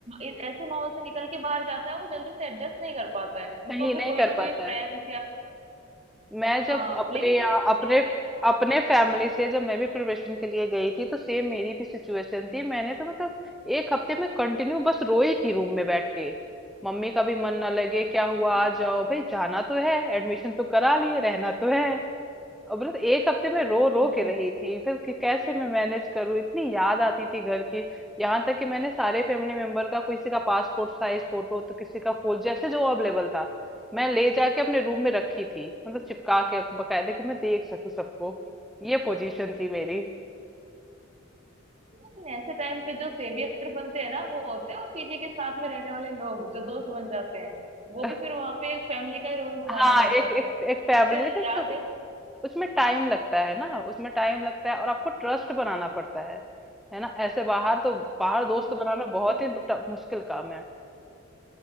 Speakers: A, on the right; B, in the centre.
A: एक ऐसे माहौल से निकल के बाहर जाता है वो जल्दी से एडजस्ट नहीं कर पाता है उनको
B: सही
A: फिर
B: नहीं
A: कोई
B: कर
A: ना
B: पाता
A: कोई फ्रेंड्स
B: है
A: या
B: मैं जब
A: हाँ
B: अपने
A: लेकिन
B: यहाँ
A: फिर ऐसे
B: अपने
A: टाइम पे जो
B: अपने फैमिली से जब मैं भी प्रिपरेशन के लिए गई थी तो सेम मेरी भी सिचुएशन थी मैंने तो मतलब एक हफ्ते में कंटिन्यू बस रोई थी रूम में बैठ के मम्मी का भी मन ना लगे क्या हुआ
A: हम्म
B: आ जाओ भाई जाना तो है एडमिशन तो करा लिए रहना तो है और बस एक हफ्ते में रो रो
A: हम्म
B: के
A: हम्म,
B: रही
A: हम्म।
B: थी फिर कि कैसे मैं मैनेज करूं इतनी याद आती थी घर की यहाँ तक कि मैंने सारे फैमिली मेंबर का किसी का पासपोर्ट साइज फोटो तो किसी का फूल जैसे जो अवेलेबल था मैं ले जाके अपने रूम में रखी थी मतलब चिपका के बकायदे कि मैं देख सकूं सबको ये पोजीशन थी मेरी
A: लेकिन ऐसे टाइम पे जो सेवियर बनते हैं ना वो होते हैं वो पीजी के साथ में रहने वाले लोग जो दोस्त बन जाते हैं
B: <laughs>
A: वो भी फिर वहां पे एक फैमिली का ही रोल निभाने
B: हाँ
A: लग जाते
B: एक एक
A: हैं
B: एक
A: मुझे
B: फैमिली लेकिन
A: याद
B: सब-
A: है
B: उसमें टाइम लगता है ना उसमें टाइम लगता है और आपको ट्रस्ट बनाना पड़ता है है ना ऐसे बाहर तो बाहर दोस्त
A: हाँ हाँ
B: बनाना
A: ये चीज
B: बहुत
A: तो
B: ही
A: है
B: ट- मुश्किल काम है